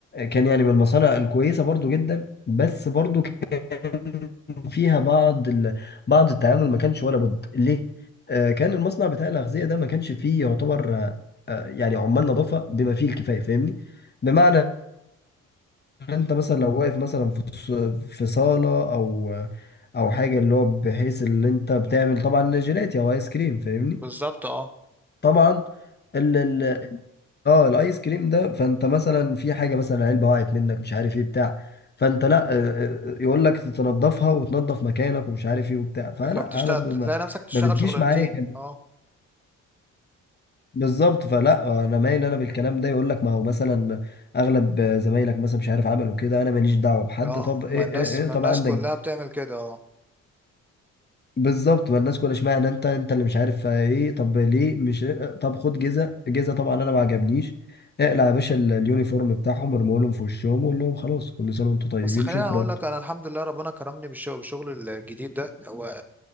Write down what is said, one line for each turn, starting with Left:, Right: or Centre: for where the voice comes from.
Left: كان يعني من المصانع الكويسة برضو جدا بس برضو كان فيها بعض ال... بعض التعامل ما كانش ولا بد ليه؟ آه، كان المصنع بتاع الأغذية ده ما كانش فيه يعتبر آه، آه، يعني عمال نظافة بما فيه الكفاية فاهمني؟ بمعنى انت مثلا لو واقف مثلا في الص- في صالة او او حاجة اللي هو بحيث اللي انت بتعمل طبعا جيلاتي او ايس كريم فاهمني؟
Centre: بالظبط اه
Left: طبعا ال ال اه الايس كريم ده فانت مثلا في حاجه مثلا علبه وقعت منك مش عارف ايه بتاع فانت لا آه، آه، يقول لك تنضفها وتنضف مكانك ومش عارف ايه وبتاع فلا
Centre: فبتشتغل
Left: انا ب-
Centre: تلاقي
Left: ما,
Centre: نفسك بتشتغل
Left: ما بتجيش
Centre: شغلانتين
Left: معايا كان-
Centre: اه
Left: بالظبط فلا انا مايل انا بالكلام ده يقول لك ما هو مثلا اغلب زمايلك مثلا مش عارف عملوا كده انا ماليش دعوه بحد
Centre: اه
Left: طب ايه
Centre: ما الناس
Left: ايه
Centre: ما
Left: ايه طب
Centre: الناس
Left: عندك
Centre: كلها بتعمل كده اه
Left: بالظبط ما الناس كلها اشمعنى انت انت اللي مش عارف ايه طب ليه مش طب خد جزء جزء طبعا انا ما عجبنيش اقلع يا باشا ال- اليونيفورم بتاعهم ارموا لهم في وشهم وقول لهم خلاص كل سنه وانتم طيبين
Centre: بس خليني
Left: شكرا
Centre: اقول لك انا الحمد لله ربنا كرمني بالشغل بالشغل الجديد ده هو